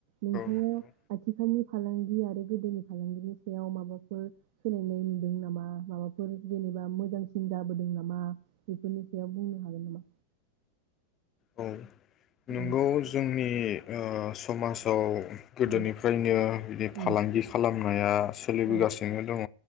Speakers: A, on the right; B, on the left.
A: नोंथाङा
B: नंगौ
A: आथिखालनि फालांगि आरो गोदोनि फालांगिनि सायाव माबाफोर सोलायनाय नुदों नामा? माबाफोर जेनेबा मोजांसिन जाबोदों नामा बेफोरनि सायाव बुंनो हागोन नामा?
B: औ नोंगौ
A: औ
B: जोंनि। नि ओ समाजाव। गोदोनिफ्रायनो
A: औ
B: बिदि
A: उम
B: फालांगि खालामनाया सोलिबोगासिनो
A: औ
B: दङ